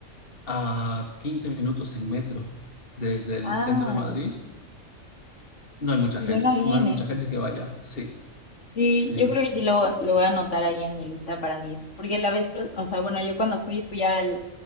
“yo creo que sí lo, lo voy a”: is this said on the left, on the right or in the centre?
Left